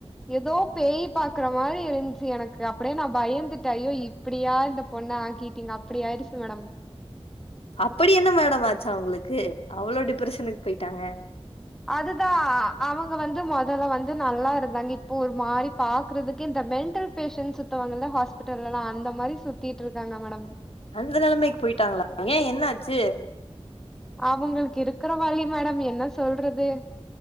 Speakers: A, in the centre; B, on the left.
A: எதோ பேய் பாக்குற மாரி இருந்ச்சு எனக்கு அப்டே நா பயந்துட்டே ஐயோ இப்டியா இந்த பொ ண்ண ஆக்கிட்டீங்க அப்டி ஆயிருச்சு மேடம்
B: அப்டி என்ன மேடம் ஆச்சு அவ்ங்களுக்கு அவளோ டிப்ரஷனுக்கு போயிட்டாங்க
A: அதுதா அவுங்க வந்து மொதல்ல வந்து நல்லா இருந்தாங்க இப்போ ஒரு மாரி பாக்குறதுக்கே இந்த மெண்ட்டல் பேஷன்ட் சுத்துவாங்கல்ல ஹாஸ்பிட்டல்லலா அந்த மாரி சுத்திட்ருக்காங்க மேடம்
B: அந்த நெலமைக்கு போயிட்டாங்ளா ஏ என்னாச்சு
A: அவுங்களுக்கு இருக்குற வலி மேடம் என்ன சொல்றது